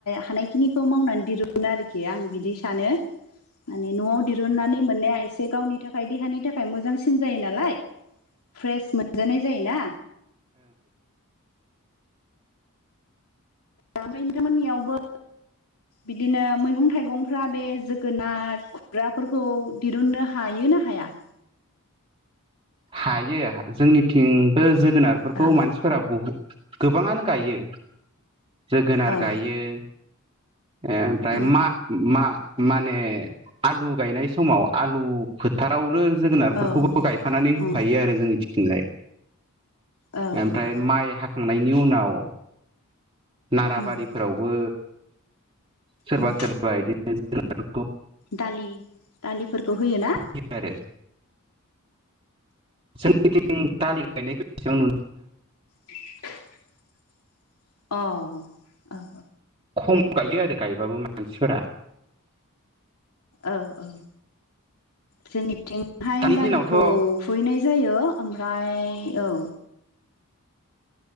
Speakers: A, on the left; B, on the right.
A: हानायखिनिखौ मावनानै दिरुनो आरोखि आं बिदि सानो माने न'आव दिरुननानै मोननाया एसे गावनि थाखाय देहानि थाखाय थाखाय मोजांसिन जायो नालाय फ्रेस मोनजानाय जायोना ओमफ्राय नोंथांमोननियावबो बिदिनो मैगं थाइगंफ्रा बे जोगोनार खुमब्राफोरखौ दिरुननो हायोना हाया
B: हायो जोंनिथिंबो जोगोनारफोरखौ
A: औ
B: मानसिफोरा बहुद गोबाङानो गायो जोगोनार
A: औ
B: गायो ओ ओमफ्राय
A: उम
B: मा-मा माने आलु गायनाय समाव आलु फोथारावनो जोगोनारफोरखौबो
A: औ औ
B: गायफानानै होफायो
A: औ
B: आरो जोंनिथिंजाय
A: औ
B: ओमफ्राय
A: औ
B: माइ हाखांनायनि उनाव नाराबारिफोरावबो
A: उम
B: सोरबा
A: उम
B: सोरबा बिदिनो
A: दालि दालिफोरखौ होयोना
B: होयो आरो जोंनिथिं दालि गायनायखो
A: <inaudible> अ औ औ
B: खम गायो आरो गायबाबो मानसिफोरा
A: औ-औ जोंनिथिंहाय
B: दानि
A: दालिखौ
B: दिनावथ'
A: फुहैनाय जायो ओमफ्राय औ।